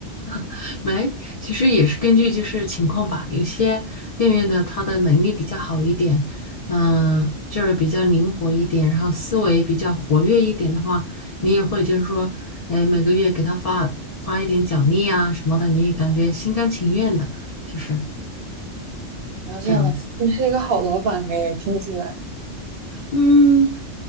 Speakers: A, on the left; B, on the right.
A: <laughs> 没，其实也是根据就是情况吧，有些店员的他的能力比较好一点，嗯、就是比较灵活一点，然后思维比较活跃一点的话，你也会就是说，哎，每个月给他发发一点奖励啊什么的，你也感觉心甘情愿的，就是
B: 然后这样的，
A: 这样子。
B: 你是一个好老板哎，听起来。
A: 嗯。